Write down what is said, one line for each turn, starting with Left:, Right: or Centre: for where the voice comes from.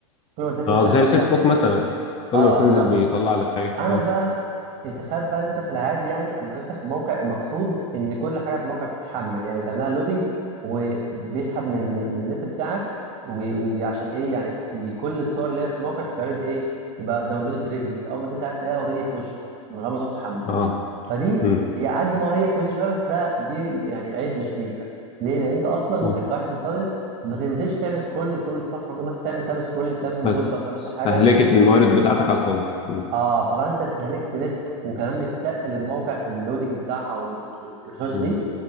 Right: كل ما تنزل
Left: اه
Right: بتلاقي
Left: زي
Right: حاجات
Left: الفيسبوك
Right: تانية
Left: مثلا كل
Right: اه
Left: ما بتنزل
Right: مثلا
Left: بيطلع لك حاجه
Right: انا
Left: اه
Right: بقى إيه، تخيل بقى ان انت في العادي يعني اما تفتح الموقع المفروض ان كل حاجه في الموقع بتتحمل يعني بتعملها لودنج وبيسحب من من النت بتاعك و- وعشان ايه يعني ي- كل الصور اللي هي في الموقع تتعرض ايه تبقى داونلودد ريدي انت اول ما تنزل عليها تلاقيها اوريدي في وشك من غير ما تقعد تحمل
Left: اه
Right: فدي
Left: امم
Right: هي قد ما هي كويسه شويه بس ده دي يعني عيب مش ميزه ليه لان انت اصلا ممكن
Left: أمم.
Right: كواحد مستخدم ما تنزلش تعمل سكرول لكل الصفحه ممكن مثلا تعمل كام سكرول لكام
Left: بس
Right: بوست او كام مثلا
Left: استهلكت
Right: حاجه
Left: الموارد بتاعتك على الفاضي امم
Right: اه فبقى انت استهلكت نت وكمان بتقل الموقع في اللودنج بتاعها والريسورس دي
Left: أمم.